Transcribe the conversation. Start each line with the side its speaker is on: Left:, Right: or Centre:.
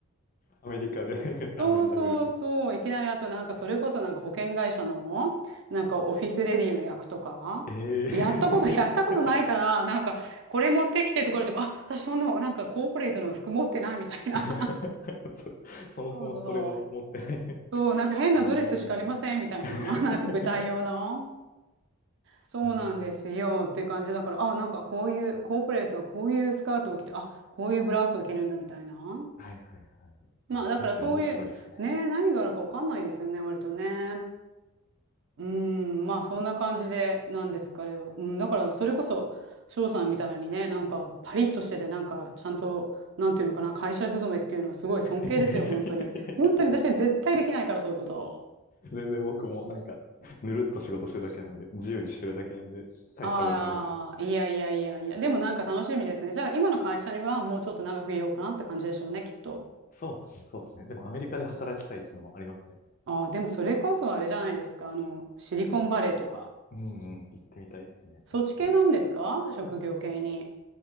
Left: アメリカで <laughs> ラーメン食べる。
Right: そうそうそう。いきなりあとなんかそれこそなんか保険会社のなんかオフィスレディの役とか、
Left: ええー
Right: やったこと、やったことないから、なんかこれ持ってきてとか言われても、あ、私そんな、なんかコーポレートの服持ってないみたいな。
Left: <laughs>
Right: <laughs>
Left: そ、そもそもそれを持ってない
Right: そうそう。そう、なんか変なドレスしかありませんみたいな。
Left: <laughs> えー
Right: <laughs> なんか舞台用の。そうなんですよっていう感じだから、
Left: <laughs> うん。
Right: あ、なんかこういう、コーポレートはこういうスカートを着て、あ、こういうブラウスを着るんだみたいな。
Left: はいはいはい。いや、
Right: まあだからそういう、
Left: 人生面白いっすね。
Right: ね、何があるかわかんないですよね、割とね。うーん、まあそんな感じでなんですかね。うん、だからそれこそ翔さんみたいにね、なんかパリッとしてて、なんかちゃんと、なんていうのかな、会社勤めっていうのはすごい尊敬ですよ、
Left: いやいやいやいやいやいや、
Right: 本当に。本当に私は絶対できないから、
Left: そう。
Right: そういうこと。
Left: 全然僕もなんか、ぬるっと仕事してるだけなんで、自由にしてるだけなんで、大したことないです。
Right: ああ、いやいやいやいや、でもなんか楽しみですね。じゃあ今の会社にはもうちょっと長くいようかなって感じでしょうね、きっと。
Left: そうですね、そうですね。でもアメリカで働きたいってのもありますね。
Right: ああ、でもそれこそあれじゃないですか、あの、シリコンバレーとか、
Left: うんうん、行ってみたいですね、
Right: そっち系なんですか職業系に。
Left: やっぱり。